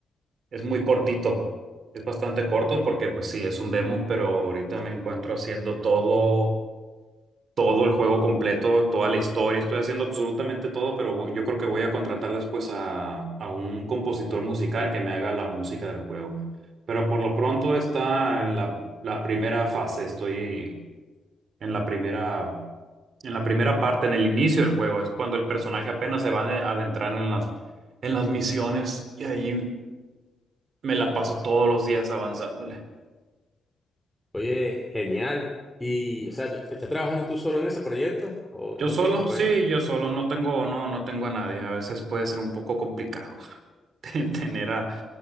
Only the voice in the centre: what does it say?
Oye, genial. Y, o sea, ¿tú estás trabajando tú solo en ese proyecto o
no
tienes compañeros?
<laughs>